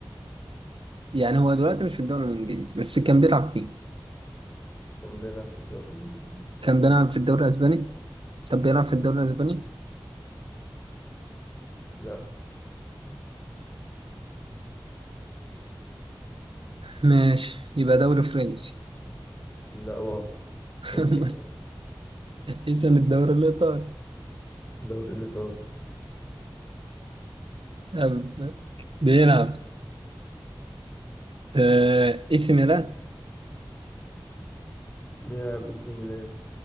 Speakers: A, on the right; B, on the left.
A: يعني هو دلوقتي مش في الدوري الانجليزي بس كان بيلعب فيه
B: كان بيلعب في الدوري الانجليزي
A: كان بيلعب في الدوري الاسباني طب بيلعب في الدوري الاسباني
B: لا
A: ماشي يبقى دوري فرنسي
B: لا برضه
A: <laughs>
B: <laughs>
A: اسم الدوري الايطالي
B: الدوري الايطالي
A: طب بيلعب في اي سي ميلان
B: بيلعب اي سي ميلان